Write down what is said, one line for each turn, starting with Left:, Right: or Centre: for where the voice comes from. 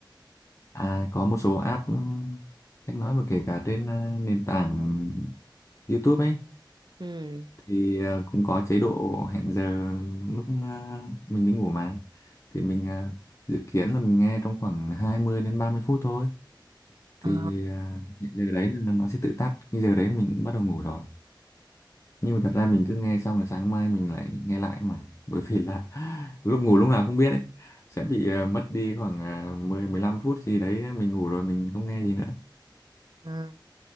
Left: à có một số app ừm, sách nói và kể cả trên ờ, nền tảng YouTube ấy
Right: ừ
Left: thì ờ, cũng có chế độ hẹn giờ lúc ờ, mình đi ngủ mà thì mình ờ, dự kiến là mình nghe trong khoảng 20 đến 30 phút thôi
Right: Ờ,
Left: thì ờ, giờ đấy là nó sẽ tự tắt cái giờ đấy mình cũng bắt đầu ngủ rồi nhưng mà thật ra mình cứ nghe xong rồi sáng mai mình lại nghe lại mà <laughs> bởi vì là <laughs> lúc ngủ lúc nào không biết ấy sẽ bị ờ, mất đi khoảng ờ, 10 15 phút gì đấy mình ngủ rồi mình không nghe gì nữa
Right: à,